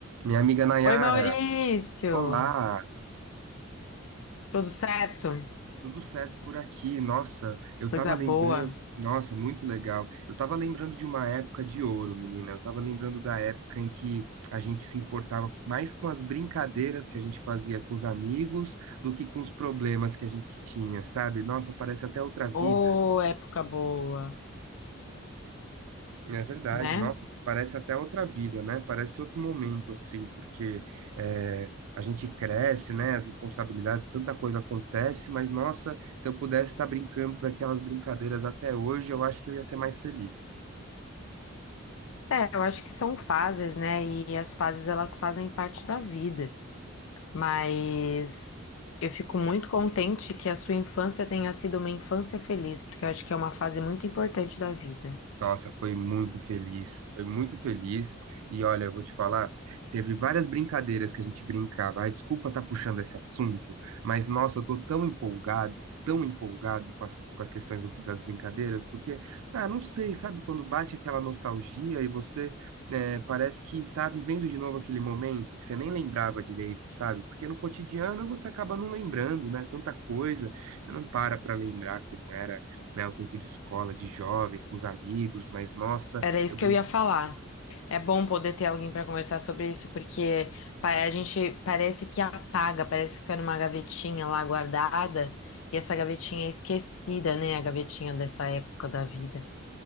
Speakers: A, on the right; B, on the left.
A: Minha amiga Nayara,
B: Oi, Maurício!
A: olá,
B: Tudo certo?
A: tudo certo por aqui? Nossa, eu
B: Coisa
A: tava lembrando,
B: boa.
A: nossa, muito legal. Eu tava lembrando de uma época de ouro, menina. Eu tava lembrando da época em que a gente se importava mais com as brincadeiras que a gente fazia com os amigos do que com os problemas que a gente tinha, sabe? Nossa, parece até outra vida.
B: Ô, época boa,
A: É verdade,
B: né?
A: nossa, parece até outra vida, né? Parece outro momento, assim, porque é, a gente cresce, né? As responsabilidades, tanta coisa acontece, mas nossa, se eu pudesse estar brincando daquelas brincadeiras até hoje, eu acho que eu ia ser mais feliz.
B: É, eu acho que são fases, né? E as fases elas fazem parte da vida. Mas eu fico muito contente que a sua infância tenha sido uma infância feliz, porque eu acho que é uma fase muito importante da vida.
A: Nossa, foi muito feliz, foi muito feliz. E olha, eu vou te falar, teve várias brincadeiras que a gente brincava. Ai, desculpa estar puxando esse assunto, mas nossa, eu tô tão empolgado, tão empolgado com as, com as questões das brincadeiras, porque, ah, não sei, sabe, quando bate aquela nostalgia e você né, parece que tá vivendo de novo aquele momento que você nem lembrava direito, sabe? Porque no cotidiano você acaba não lembrando, né? Tanta coisa, você não para pra lembrar como era né? O tempo de escola, de jovem, com os amigos, mas nossa,
B: Era isso
A: eu
B: que
A: brinco.
B: eu ia falar. É bom poder ter alguém para conversar sobre isso, porque pa- a gente parece que apaga, parece que fica numa gavetinha lá guardada, e essa gavetinha é esquecida, né? A gavetinha dessa época da vida.